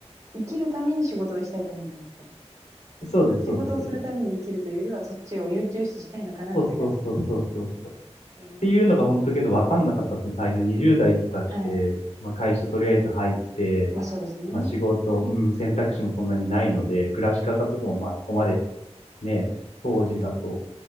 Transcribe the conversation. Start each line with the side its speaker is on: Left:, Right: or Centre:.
Right: 生きるために仕事をしたい感じなんですかね。
Left: そうです、
Right: 仕事をするために生きるというよりは、
Left: そうです、そうです。
Right: そっちを優中視したいのかなって感じ。
Left: そうそうそうそうそうそう。
Right: えー
Left: っていうのが本当けど分かんなかったですね。最初20代とかって、
Right: はい。
Left: まあ会社とりあえず入って、
Right: まあそうですね。
Left: まあ仕事、うん、選択肢もそんなにないので、暮らし方とかもまあそこまでね、当時だと